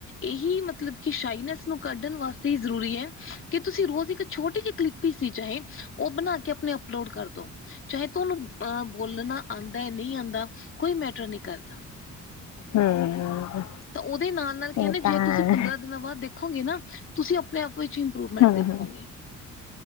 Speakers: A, on the left; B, on the left.
A: ਇਹੀ ਮਤਲਬ ਕਿ ਸ਼ਾਈਨੈਸ ਨੂੰ ਕੱਢਣ ਵਾਸਤੇ ਹੀ ਜ਼ਰੂਰੀ ਹੈ ਕਿ ਤੁਸੀ ਰੋਜ਼ ਇੱਕ ਛੋਟੀ ਜਿਹੀ ਕਲਿੱਪ ਈ ਚਾਹੇ ਉਹ ਬਣਾ ਕੇ ਆਪਣੇ ਅਪਲੋਡ ਕਰਦੋ ਚਾਹੇ ਤ ਉਹਨੂੰ ਅ ਬੋਲਣਾ ਆਉਂਦਾ ਨਹੀਂ ਆਉਂਦਾ ਕੋਈ ਮੈਟਰ ਨਹੀਂ ਕਰਦਾ।
B: ਹਮ ਹਮ।
A: ਤਾਂ ਉਹਦੇ ਨਾਲ ਨਾਲ ਕਹਿੰਦੇ
B: ਇਹ
A: ਜੇ
B: ਤਾਂ ਹੈ।
A: ਤੁਸੀਂ ਪੰਦਰਾਂ ਦਿਨਾਂ ਬਾਅਦ ਦੇਖੋਗੇ ਨਾ। ਤੁਸੀਂ ਆਪਣੇ ਆਪ ਵਿੱਚ ਇੰਪਰੂਵਮੈਂਟ
B: ਹਮ
A: ਦੇਖੋਗੇ।
B: ਹਮ